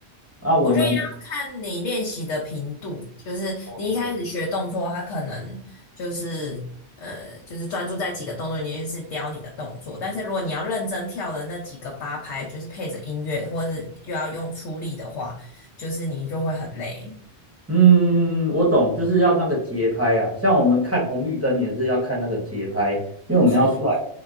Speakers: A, on the right; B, on the left.
A: 那我们
B: 我觉得要看你练习的频度，就是你一开始学动作，
A: 哦，
B: 它可能就是呃，就是专注在几个动作，你就是雕你的动作。但是如果你要认真跳的那几个八拍，就是配着音乐，或是又要用出力的话，就是你就会很累。
A: 嗯，我懂，就是要那个节拍啦。像我们看红绿灯也是要看那个节拍，因为我们要算，
B: 是，